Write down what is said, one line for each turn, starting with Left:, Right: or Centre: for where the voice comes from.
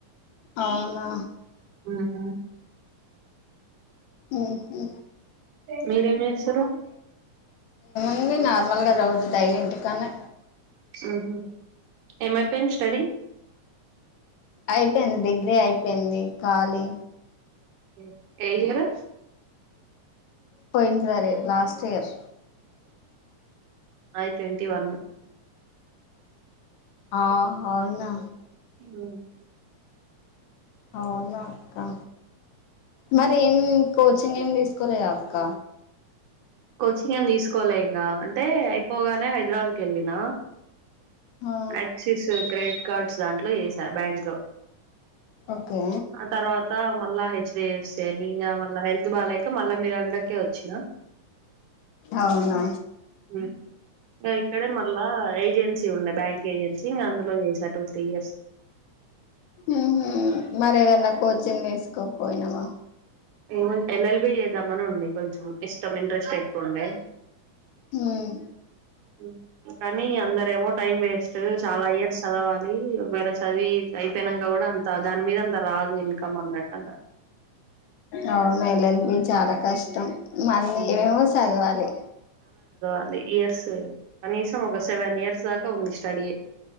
Left: అవునా
Right: హ్మ్.
Left: ఊహు
Right: మీరేం జేసురు
Left: <inaudible> నార్మల్గా రోజు డైలీ ఇంటికానే
Right: ఊహు ఏమైపోయింది స్టడీ
Left: అయిపోయింది డిగ్రీ అయిపోయింది ఖాళీ
Right: ఏ ఏ ఇయరు
Left: పోయినసారి లాస్ట్ ఇయర్
Right: నాది ట్వంటీ వన్
Left: ఆహ్ అవునా
Right: ఊ
Left: అవునా అక్క మరి ఏం కో చింగ్ ఏం తీస్కోలేదా అక్క
Right: కోచింగ్ ఏం తీసుకోలే ఇంగా అంటే అయిపోగానే హైదరాబాద్ కెళ్ళిన
Left: ఆ
Right: ఆక్సిస్ క్రెడిట్ కార్డ్స్ దాంట్లో చేసా బ్యాంక్
Left: ఓకే
Right: ఆ తర్వాత మళ్ళా హె చైర్స్ తే న్ ఇంగా మళ్ళ హెల్త్ బాలేక మళ్ళా మీ దాంట్లకే ఒచ్చిన
Left: అవునా
Right: ఉమ్ ఇక్కడే మళ్ళా ఏజెన్సీ ఉండే కేజెన్సింగ్ అందులో చేసా టూ త్రీ ఇయర్స్
Left: ఉహు మరి ఏదన్నా కోచింగ్ తీసుకోపోయినవా
Right: ఏముంది ఎల్ ఎల్ బి చేద్దామని ఉండే కొంచెం ఇష్టం ఇంట్రెస్ట్ ఎక్కువుండే
Left: ఉమ్
Right: ఉమ్ కానీ అందరేమో టైం వేస్ట్ చాలా ఇయర్స్ చదవాలి లీ ఒకవేల చ చదివి అయిపోయినంక కూడా అంత దాని మీద అంత రాదు ఇన్కమ్ అన్నట్టు అన్నరు
Left: అవును ఎల్ ఎల్ బి చాలా కష్టం మళ్లీ
Right: ఉమ్,
Left: ఏవేవో సదవాలి
Right: అదే ఇయర్స్ కనీసం ఒక సెవెన్ ఇయర్స్ దాకా ఉంది స్టడీయే